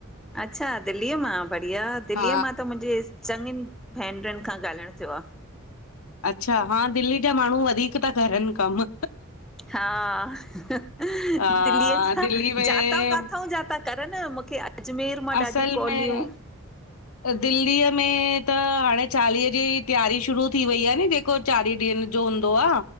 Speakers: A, in the centre; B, on the left (about 80°).
A: अच्छा दिल्लीअ मां बढ़िया दिल्लीअ
B: हा
A: मां त मुंहिंजे चङीनि भेनरुनि खां ॻाल्हाइणु थियो आ।
B: अच्छा हा दिल्ली जा माण्हू वधीक ता करनि कम।
A: हा, दिल्ली
B: हा,
A: जा
B: दिल्ली में
A: जातां काथाऊं जा ता करन मूंखे अजमेर मां
B: असल
A: ॾाढी कॉलियूं
B: में दिल्लीअ में त हाणे चालीहे जी तैयारी शुरू थी वई आ नी जेक को चालीह ॾींहंनि जो हूंदो आ,